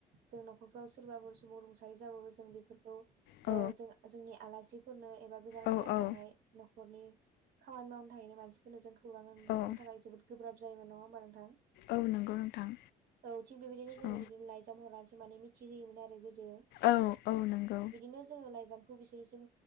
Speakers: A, on the right; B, on the left.
A: जों न'खरफ्राव सोरबाफोर सुबुं रुंसारि जाबाबो जों बेफोरखौ ओ
B: औ
A: जों जोंनि आलासिफोरनो एबा गोजान
B: औ
A: गोजानाव
B: औ
A: थानाय न'खरनि खामानि मावनो थाहैनाय मानसि जों खौरां
B: औ
A: हरनो थाखाय जोबोद गोब्राब जायोमोन नङा होमबा नोंथां
B: औ नंगौ नोंथां
A: औ थिग बेबायदिनो जोङो
B: औ
A: बिदिनो लाइजाम हरनानैसो माने मिथिहोयोमोन आरो गोदो
B: औ औ नंगौ
A: बिदिनो जोङो लाइजामखौ बिसोरनिसिम